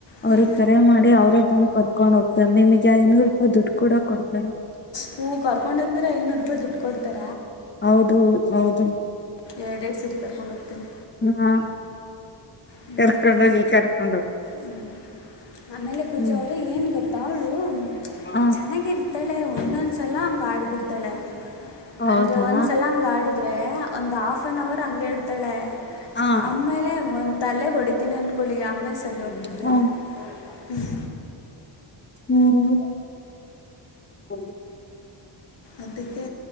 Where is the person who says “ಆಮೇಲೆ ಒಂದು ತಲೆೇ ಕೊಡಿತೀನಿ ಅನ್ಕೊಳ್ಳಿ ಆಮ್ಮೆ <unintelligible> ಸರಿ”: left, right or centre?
Left